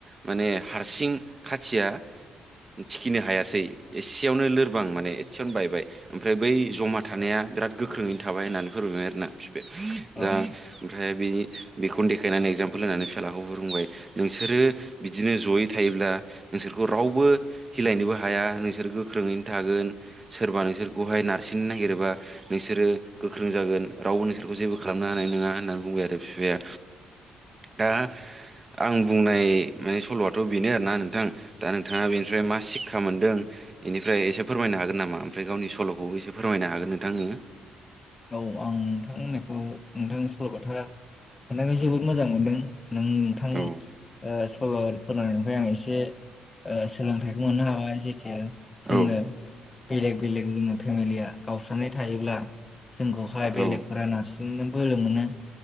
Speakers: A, on the right; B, on the left.
A: माने हारसिं खाथिया थिखिनो हायासै। एसेयावनो लोरबां माने एसेयावनो बायबाय। ओमफ्राय बै जमा थानाया
B: औ
A: बिराद गोख्रोङैनो थाबाय होननानै फोरमायबाय आरोना फिफाया
B: औ आं
A: दा ओमफ्राय बिनि बेखौनो देखायनानै एक्जामपोल होनानै फिसालाखौ फोरोंबाय। नोंसोरो बिदिनो जयै थायोब्ला नोंसोरखौ रावबो हिलायनोबो हाया नोंस नोंसोर गोख्रोङैनो थागोन सोरबा नोंसोरखौहाय नारसिननो नागिरोबा नोंसोरो गोख्रों जागोन रावबो नोंसोरखौ जेबो खालामनो हानाय नङा होननानै बुंबाय आरो फिफाया। दा आं बुंनाय माने सल'आथ' बेनो आरोना नोंथां। दा नोंथाङा बेनिफ्राय मा सिक्षा मोनदों बेनिफ्राय एसे फोरमायनो हागोन नामा? ओमफ्राय गावनि सल'खौबो एसे फोरमायनो हागोन नोंथां नोङो
B: औ आं नोंथांहोननायखौ नोंथांनि सल'बाथा खोनथानो जोबोद मोजां मोनदों नोंथां <unintelligible>
A: औ
B: ओ फोरनायनिफ्राय आं एसे ओ सोलोंथाइखौ मोननो हाबाय जोङो
A: औ
B: बेलेग बेलेग जोङो फेमिलिया गावस्रानाय थायोब्ला जोंखौहाय बेलेगफोरा
A: औ
B: नारसिननो बोलो मोनो